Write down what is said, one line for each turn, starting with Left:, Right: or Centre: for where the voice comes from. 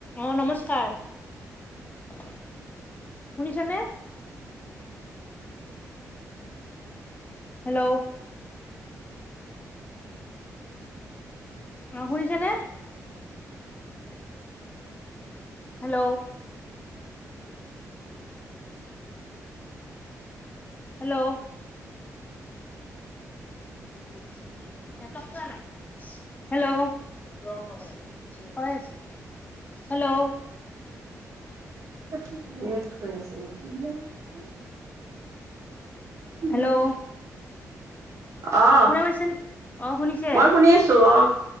Left: অহ নমস্কাৰ। শুনিচে নে? হেল্ল'। আহ শুনিছে নে? হেল্ল'। হেল্ল'।
Right: <inaudible>
Left: <unintelligible> হেল্ল'।
Right: কৰি আছে। <unintelligible> উম।
Left: হেল্ল' অ
Right: অ'
Left: শুনা পাইছে অ শুনিছে
Right: মই শুনি আছো অ।